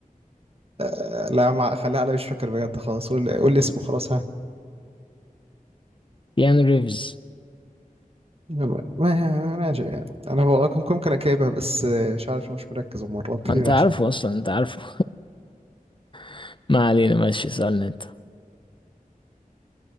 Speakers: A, on the right; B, on the left.
A: آه، لا ما خليها على مش فاكر بجد خلاص قول لي، قول لي اسمه خلاص ها
B: كيانو ريفز
A: ما ماشي يعني. انا والله كم- ممكن اجيبها بس آه، مش عارف مش مركز المره
B: ما
A: دي
B: انت
A: ماشي
B: عارفه اصلا انت عارفه <laughs> ما علينا ماشي سألني انت